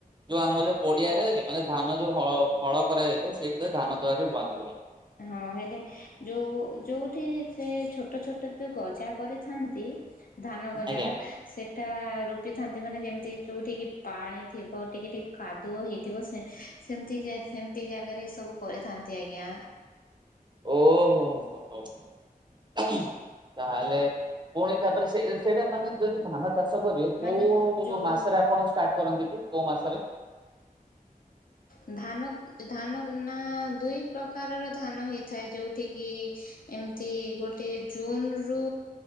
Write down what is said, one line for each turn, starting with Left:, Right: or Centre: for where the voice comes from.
Right: ଯୋଉ ଆମର ଯୋଉ ପଡିଆରେ ମାନେ ଧାନ ଯୋଉ ହ ଫଳ କରାଯାଇଥାଏ ସେଠି ଧାନ ଦ୍ୱାରରେ ବନ୍ଦ କରା
Left: ହଁ ହେଲେ ଯୋଉ ଯୋଉଠି ସେ ଛୋଟ ଛୋଟ ଯୋଉ ଗଜା କରିଥାନ୍ତି। ଧାନ ଗଜା
Right: ଆଜ୍ଞା
Left: ଟା ସେଇଟା ରୋପିଥାନ୍ତି ମାନେ ଯେମିତି ଯୋଉଠିକେ ପାଣି ଥିବ ଟିକେ ଟିକେ କାଦୁଅ ହେଇଥିବ। ସେ ସେମିତି ସେମିତି ଜାଗାରେ ସବୁ କରିଥାନ୍ତି ଆଜ୍ଞା।
Right: ଓହୋ ହୋ ହୋ ହୋୋ ତାହେଲେ ପୁଣି। ତାପରେ ସେ ସେଇଟା ମାନେ ଯଦି ଧାନ ଚାଷ କଲେ। କୋଉ
Left: ମାନେ ଯୋଉ
Right: ମାସରେ ଆପଣ ଷ୍ଟାର୍ଟ କରନ୍ତି କି କୋଉ ମାସରେ।
Left: ଉଁ ଧାନ ଧାନ ନା ଦୁଇ ପ୍ରକାରର ଧାନ ହେଇଥାଏ। ଯୋଉଠିକି ଏମିତି ଗୋଟେ ଜୁନୁରୁ